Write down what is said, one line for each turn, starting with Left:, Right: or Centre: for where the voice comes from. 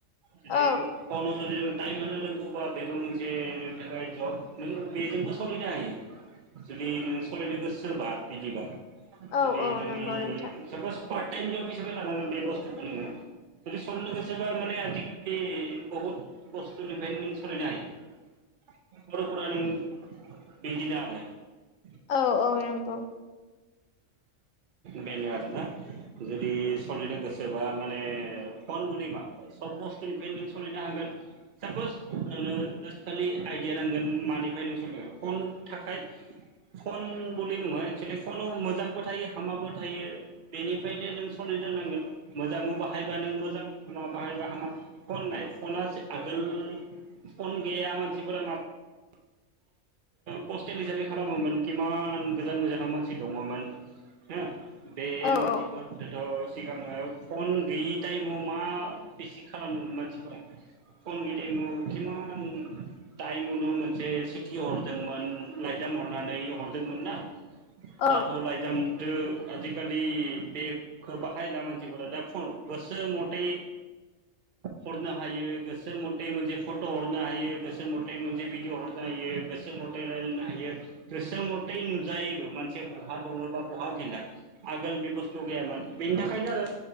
Right: जुदि
Left: औ
Right: फनाव जुदि जों टाइमनो रोंगौबा बेबो मोनसे बेनि जब नों बेजोंबो सोलिनो हायो जुदि नों सलिनो गोसो सोरबा बिदिबा
Left: औ
Right: जुदि
Left: औ
Right: जोंनि
Left: नंगौ नोंथां
Right: सापस पार टाइम जब हिसाबै लाांगोन बेबस्थुखो नोङो जुदि सलिनो गोसे बा माने आजिखालि बहुत बस्तुनिफ्राय सलिनो हायो <unintelligible>
Left: औ औ नंगौ
Right: बेनो‌ आरोना जुदि सलिनो गोसोबा माने फन बुलिबा सब बुस्थुनिफ्राय नों सोलिनो हागोन सापस नोंनो जास्ट खालि आइडिया नांगोन मानिफ्राय नों सायगोन फन थाखाय फन बलि नङा एक्सुलि फनाव मोजांबो थायो हामाबो थायो बेनिफ्रायनो नों सालायनोरनांगोन मोजाङाव बाहायबानो मोजां <unintelligible> <unintelligible> पस्टेल हिसाबै खालामोमोन खिमान गोजान गोजानाव मानसि दङमोन। हो बे
Left: औ
Right: मानसिफोर
Left: औ
Right: दाथ सिगाङो फन गैयि टाइमाव मा बेसे खालामदोंमोन मानसिखौलाय फन गोयै टाइमा किमान टाइममोन। एसे सिटि हरदोंमोन लाइजाम हरनानै हरदोंमोन ना।
Left: औ
Right: दाथ लायजाम आजिखालि बेखौ बाहायला मानसिफोरा दा फन गोसो मथे हरनो हायो गोसो मथे मोनसे फट हरनो हायो गोसो मथे मोनसे भिडिअ हरनो गोसो मथेै रायलायनो हायो गोसो मथे नुजायोबो मानसिया बहा दङ बा बहा गैला आगोल बे बुस्थु गैयामोन बेनि थाखायनो आरो